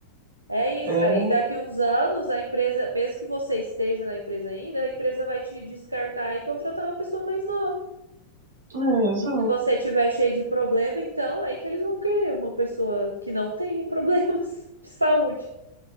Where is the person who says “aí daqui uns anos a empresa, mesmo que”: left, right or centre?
Right